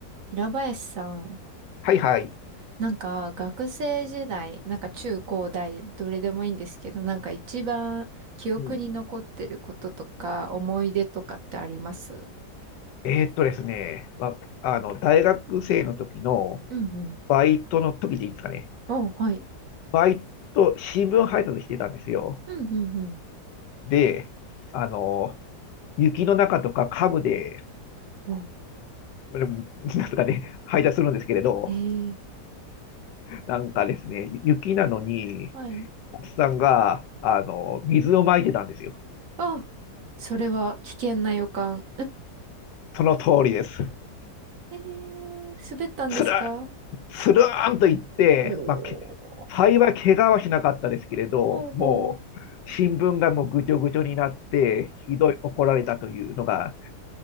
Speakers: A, on the right; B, on the left.
A: 平林さん、
B: はいはい。
A: なんか学生時代、なんか中高大、どれでもいいんですけど、なんか一番記憶に残ってることとか、
B: うん。
A: 思い出とかってあります
B: えーっとですね、まあ、あの、大学生の時の
A: うんうん。
B: バイトの時でいいですかね。
A: お、はい。
B: バイト、新聞配達してたんですよ。
A: うんうんうん。
B: で、あの、雪の中とかカブで、
A: お、
B: <laughs> うんなんとかね、配達するんですけれど、
A: ええ
B: なんかですね、雪なのに、
A: はい。
B: おっさんが、あの、水をまいてたんですよ。
A: あ、それは危険な予感。
B: その通りです。
A: ええ滑ったんですか
B: つらスルーンといって、
A: おー、
B: まあ、け幸い怪我はしなかったですけれど、
A: ほうほう。
B: もう新聞がもうぐちょぐちょになって、ひどい怒られたというのが、